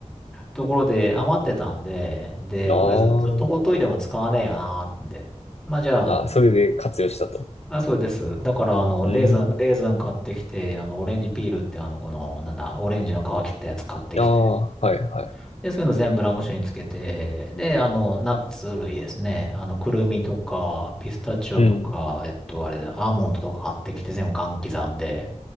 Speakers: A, in the centre; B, on the left.
A: ところで余ってたんで、で、
B: ああ。
A: これず、ずっとほっといても使わねえよなーってんで。まあじゃあ、
B: あ、
A: あの、
B: それで活用したと。
A: あ、そうです。だから、あの、
B: うーん。
A: レーズン、レーズン買ってきて、あの、オレンジピールって、あの、この、なんだ、オレンジの皮切ったやつ買ってきて、
B: ああ、はいはい。
A: で、そういうの全部ラム酒につけて、で、あの、ナッツ類ですね。あの、くるみとか、ピスタチオとか、
B: うん。
A: えっと、あれ、アーモンドとか買ってきて全部ガン刻んで、